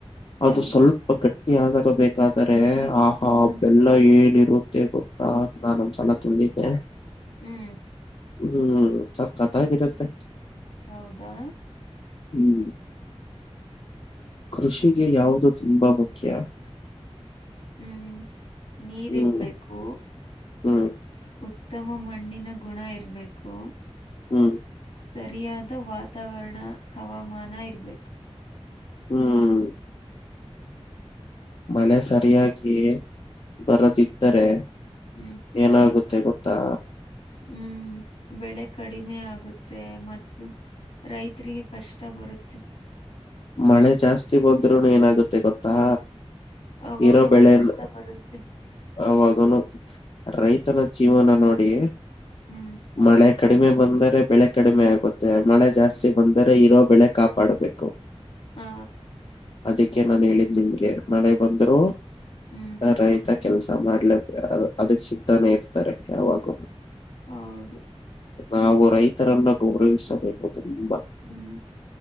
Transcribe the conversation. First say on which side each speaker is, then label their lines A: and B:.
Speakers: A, on the left (about 85°); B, on the left (about 50°).
A: ಹಾ
B: ಅದು ಸ್ವಲ್ಪ ಗಟ್ಟಿ ಆದಾದಾಗ ಬೇಕಾದರೆ ಆಹಾ
A: ಹ್ಮ್
B: ಬೆಲ್ಲ ಎಲ್ಲ ಏನ್ ಇರುತ್ತೆ ಗೊತ್ತಾ ನಾನ ಒಂದ್ಸಲ ತಿಂದಿದ್ದೆ
A: ಹ್ಮ್
B: ಹ್ಮ್ ಸಕ್ಕತ್ತಾಗಿರುತ್ತೆ
A: ಹೌದಾ
B: ಹ್ಮ್ ಕೃಷಿಗೆ ಯಾವುದು ತುಂಬಾ ಮುಖ್ಯ
A: ಹ್ಮ್ ನೀರ್ರ್ಬೇಕು
B: ಹ್ಮ್ ಹ್ಮ್
A: ಉತ್ತಮ ಮಣ್ಣಿನ ಗುಣ ಇರ್ಬೇಕು
B: ಹು
A: ಸರಿಯಾದ ವಾತಾವರಣ ಹವಾಮಾನ ಇರ್ಬೇಕು
B: ಹ್ಮ್ ಮನೆ ಸರಿಯಾಗಿ ಬರದಿದ್ದರೆ
A: ಹು
B: ಏನಾಗುತ್ತೆ ಗೊತ್ತಾ
A: ಹ್ಮ್ ಬೆಳೆ ಕಡಿಮೆ ಆಗುತ್ತೆ ಮತ್ತು ರೈತರಿಗೆ ಕಷ್ಟ ಬರುತ್ತೆ
B: ಮಳೆ ಜಾಸ್ತಿ ಬಂದ್ರೂನೂ ಏನಾಗುತ್ತೆ ಗೊತ್ತಾ
A: ಅವಾಗುನು
B: ಇರೋ ಬೆಳೆಲ್ಲ
A: ಕಷ್ಟ ಬರುತ್ತೆ
B: ಅವಾಗನು ರೈತನ ಜೀವನ ನೋಡಿ
A: ಹ್ಮ್
B: ಮಳೆ ಕಡಿಮೆ ಬಂದರೆ ಬೆಳೆ ಕಡಿಮೆ ಆಗುತ್ತೆ ಮಳೆ ಜಾಸ್ತಿ ಬಂದರೆ ಇರೋ ಬೆಳೆ ಕಾಪಾಡ್ಬೇಕು <inaudible>
A: ಹಾ
B: ಅದಕ್ಕೆ ನಾನ್ ಹೇಳಿದ ನಿಮಗೆ ನಳೆ ಬಂದ್ರು
A: ಹ್ಮ್
B: ರೈತ ಕೆಲ್ಸ ಮಾಡ್ಲೇ ಅದಕ್ ಸಿಗ್ತಾನೆ ಇರ್ತಾರೆ ಯಾವಾಗೂ
A: ಹೌದು
B: ನಾವು ರೈತರನ್ನ ಗೌರವಿಸಬೇಕು ತುಂಬಾ
A: ಹ್ಮ್